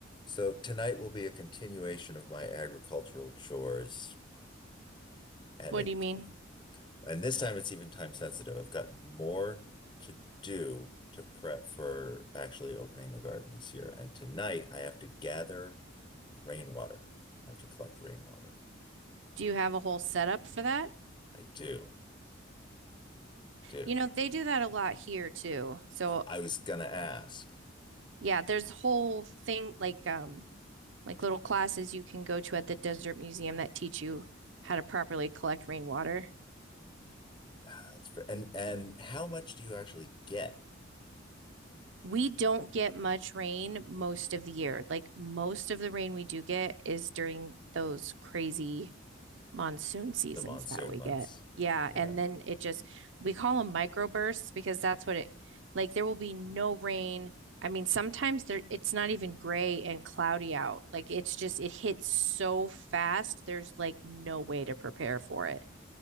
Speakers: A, on the left (about 25°); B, on the right (about 70°).
A: So tonight will be a continuation of my agricultural chores, and
B: What
A: it
B: do you mean?
A: and this time it's even time sensitive. I've got more to do to prep for actually opening the garden this year. And tonight I have to gather rainwater. I have to collect rainwater.
B: Do you have a whole setup for that?
A: I do, do.
B: You know, they do that a lot here too. So,
A: I was gonna ask,
B: yeah, there's whole thing like um like little classes you can go to at the Desert Museum that teach you how to properly collect rainwater.
A: ah, that's pre- and and how much do you actually get
B: We don't get much rain most of the year. Like most of the rain we do get is during those crazy monsoon seasons
A: the monsoon
B: that we
A: months?
B: get. Yeah,
A: Yeah,
B: and then it just we call them microbursts because that's what it like there will be no rain. I mean, sometimes there it's not even gray and cloudy out. Like it's just it hits so fast, there's like no way to prepare for it.